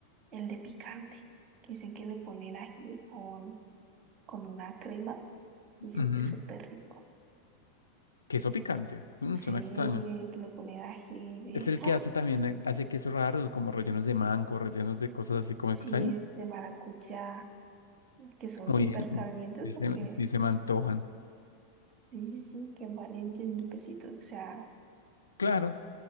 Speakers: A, on the right; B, on the left.
A: el de picante. Dicen que le ponen ají con, con una crema. Dicen
B: Ujú.
A: que es súper rico.
B: Queso picante. Mm,
A: Sí,
B: suena extraño.
A: que le ponen ají de,
B: Es el
A: ah,
B: que hace también, eh, hace quesos raros, como rellenos de mango, rellenos de cosas así como
A: sí,
B: extrañas.
A: de maracuyá, que son
B: Muy,
A: súper calientes
B: sí se,
A: porque,
B: sí se me antojan.
A: sí, sí, sí, que valen 10 mil pesitos. O sea,
B: Claro.